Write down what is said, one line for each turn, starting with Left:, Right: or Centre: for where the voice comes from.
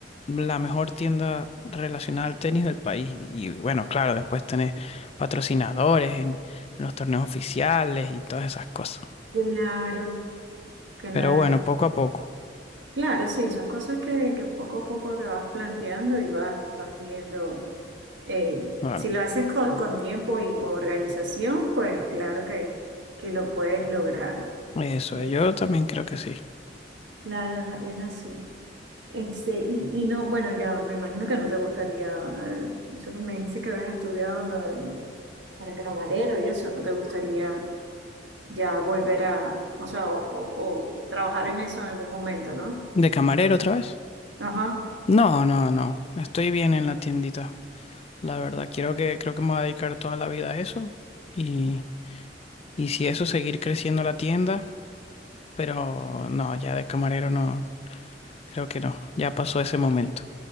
Left: la mejor tienda relacionada al tenis del país. Y bueno, claro, después tener patrocinadores en en los torneos oficiales y todas esas cosas.
Right: claro, claro.
Left: Pero bueno, poco a poco.
Right: Claro, sí, son cosas que, que poco a poco te vas planteando y vas, vas viendo. eh,
Left: Claro.
Right: si lo haces con, con tiempo y con organización, pues claro que, que lo puedes lograr.
Left: Eso,
Right: Eh,
Left: eh, yo también creo que sí.
Right: claro, es así. Este, y, y no, bueno, ya me imagino que no te gustaría, eh, eso que me dices que habías estudiado lo de, lo- para camarero y eso, ¿no te gustaría ya volver a, o sea, o, o- o trabajar en eso en algún momento, ¿no?
Left: ¿De camarero otra vez?
Right: Ajá.
Left: No, no, no. Estoy bien en la tiendita. La verdad, quiero que, creo que me voy a dedicar toda la vida a eso. Y, y si eso, seguir creciendo la tienda. Pero no, ya de camarero no. Creo que no. Ya pasó ese momento.